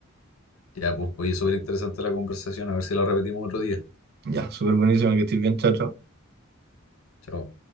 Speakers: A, on the left; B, on the right.
A: Ya, pues, oye, súper interesante la conversación, a ver si la repetimos otro día.
B: Ya, súper buenísimo que estés bien, chao, chao.
A: Chao.